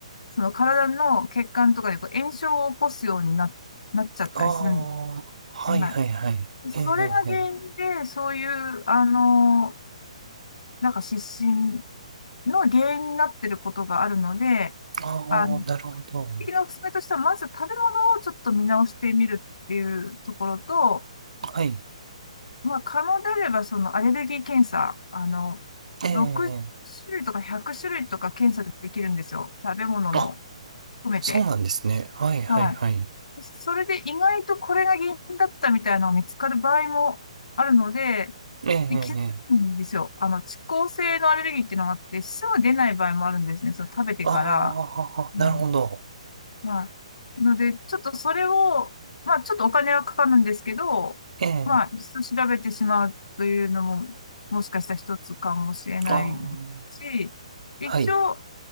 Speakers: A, on the left (about 75°); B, on the right (about 75°).
A: その体の血管とかでこう炎症を起こすようにな、なっちゃったりするんで
B: ああ、
A: す。
B: はいはいはい。
A: はい。それが原因で、
B: ええ、ええ、ええ
A: そういう、あの、なんか失神の原因になっていることがあるので、
B: ああ、
A: あの、
B: なるほど。
A: 基本的なおすすめとしては、まず食べ物をちょっと見直してみるっていうところと、
B: はい。
A: まあ、可能であれば、そのアレルギー検査、あの、
B: ええ、ええ
A: 6種類とか100種類とか検査できるんですよ。食べ物の
B: あ、
A: 含めて。
B: そうなんですね。はいはいはい。
A: はいそれで意外とこれが原因だったみたいなのが見つかる場合もあるので、
B: ええ、ええ、
A: で、気づくんですよ。
B: ええ
A: あの、遅効性のアレルギーっていうのがあって、すぐ出ない場合もあるんですね。その食べてから。
B: ああ、
A: うん。
B: なるほど。
A: まあ、ので、ちょっとそれを、まあ、ちょっとお金はかかるんですけど、
B: ええ、
A: まあ、一度調べてしまうというのも、もしかしたら一つかもしれないし、
B: ああ、
A: 一応、
B: はい。
A: ハ